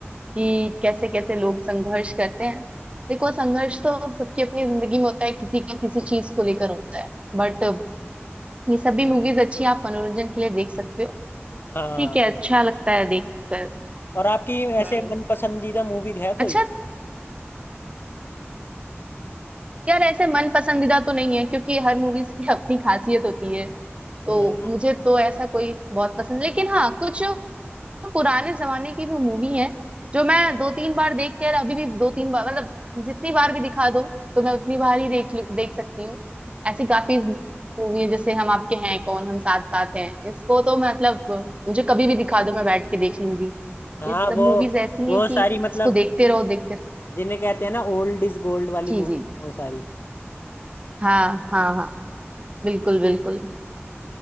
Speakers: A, on the right (about 25°); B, on the left (about 50°).
A: कि कैसे कैसे लोग संघर्ष करते हैं देखो संघर्ष तो सबकी अपनी जिंदगी में होता है किसी का किसी चीज को लेकर होता है बट ये सब भी मूवीज अच्छी हैं, आप मनोरंजन के लिए देख सकते हो
B: हाँ
A: ठीक है अच्छा लगता है देखकर
B: और आपकी ऐसे
A: हम्म
B: मन पसंदीदा मूवी है
A: अच्छा
B: कोई
A: यार ऐसे मन पसंदीदा तो नहीं है क्योंकि हर मूवीज की <laughs> अपनी खासियत होती है तो
B: हाँ
A: मुझे तो ऐसा कोई बहुत पसंद लेकिन हाँ कुछ पुराने जमाने की भी मूवी है जो मैं दो तीन बार देख कर अभी भी दो तीन बार मतलब जितनी बार भी दिखा दो तो मैं उतनी बार ही देख लू- देख सकती हूँ ऐसी काफी मूवी है जैसे हम आपके हैं कौन हम साथ साथ हैं इसको तो मतलब मुझे कभी भी दिखा दो मैं बैठ के देख लूंगी
B: हाँ,
A: ये सब
B: वो
A: मूवीज ऐसी
B: वो
A: हैं कि
B: सारी
A: इसको
B: मतलब
A: देखते रहो देखते
B: जिन्हें कहते हैं ना ओल्ड इज गोल्ड वाली
A: जी
B: मूवी
A: जी
B: है वो सारी
A: हाँ हाँ हाँ बिल्कुल बिल्कुल